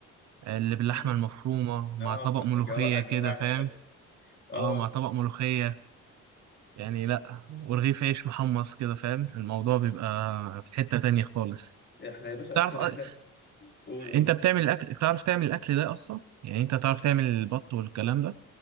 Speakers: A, on the right; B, on the left.
A: اللي باللحمه
B: امم
A: المفرومه مع
B: اه
A: طبق
B: فانت
A: ملوخيه
B: هتجوع- هتجوعني
A: كده فاهم
B: يا جدع اه
A: اه مع طبق ملوخيه يعني لا ورغيف عيش محمص كده فاهم الموضوع بيبقى في حته تانية خالص
B: احنا يا باشا
A: تعرف
B: اصلا
A: أ-
B: عيلة قول قول
A: انت بتعمل الاكل تعرف تعمل الاكل ده اصلا يعني انت تعرف تعمل البط والكلام ده